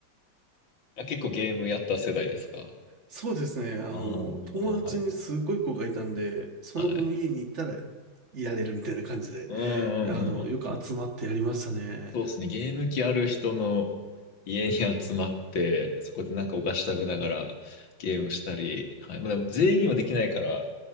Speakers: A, on the left; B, on the right.
A: や、結構ゲームやった世代ですか。
B: そうですね。あの、
A: ああー、
B: 友達にすごい子がいたんで、
A: はい。
B: その子の家に行ったらやれるみたいな感じで、
A: はい。うん、う
B: あの、
A: ん、うん、
B: よく集まってやりましたね。
A: うん。そうですね。ゲーム機ある人の家に集まって、そこでなんかお菓子食べながらゲームしたり、はい。まあ、でも全員にはできないから、